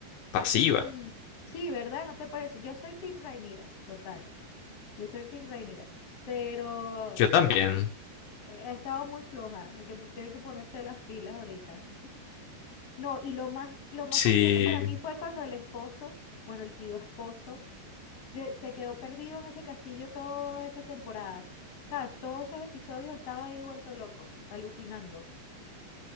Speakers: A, on the left; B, on the left.
A: pasiva.
B: Mm, sí, ¿verdad? ¿No te parece? Yo soy Team Rhaenyra, total. Yo soy Team Rhaenyra, pero
A: Yo
B: he
A: también.
B: he estado muy floja. Hay que, tienen que ponerse las pilas ahorita. <laughs> No, y lo más, lo más
A: Sí,
B: fastidioso para mí fue cuando el esposo, bueno, el tío esposo, de- se quedó perdido en ese castillo todas esas temporadas. ¿Sabes? Todos esos episodios estaba ahí vuelto loco, alucinando,